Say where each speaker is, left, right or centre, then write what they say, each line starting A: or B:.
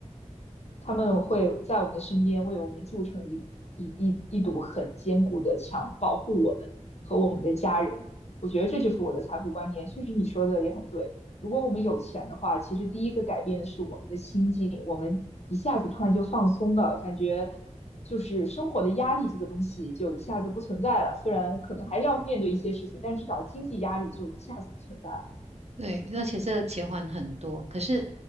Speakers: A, on the left; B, on the right.
A: 他们会在我们的身边为我们筑成一一一一堵很坚固的墙，保护我们和我们的家人。我觉得这就是我的财富观念。确实，你说的也很对。如果我们有钱的话，其实第一个改变的是我们的心境，我们一下子突然就放松了，感觉就是生活的压力这个东西就一下子不存在了。虽然可能还要面对一些事情，但至少经济压力就一下子不存在了。
B: 对，而且这个减缓很多，可是